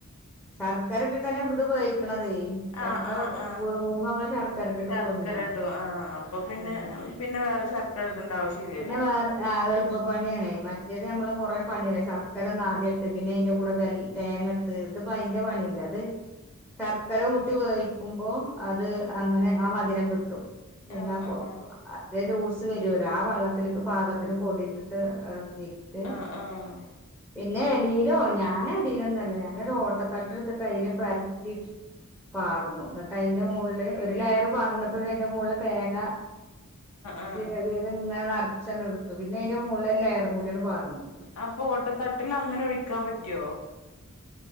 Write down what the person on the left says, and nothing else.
ആഹ് ആഹ് ആഹ
ശർക്കര
ഇടും ആഹ അപ്പൊ പിന്നെ
പിന്നെ വേറെ ശർക്ക ക്കര ഇടണ്ട ആവശ്യം ഇല്ല്യല്ലോ
ആഹ്
ആഹ് ആഹ്
ആഹ് ആഹ്
ആഹ്
അപ്പൊ ഓട്ടത്തട്ടിൽ അങ്ങനെ ഒഴിക്കാൻ പറ്റോ